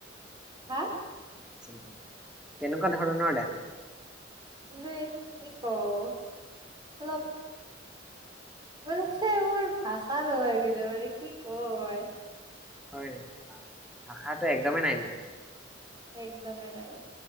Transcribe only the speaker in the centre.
উ <inaudible> কেনেকুৱা ধৰণৰ ডান্স?
হয় নি ভাষা টো একদমেই নাই নেকি?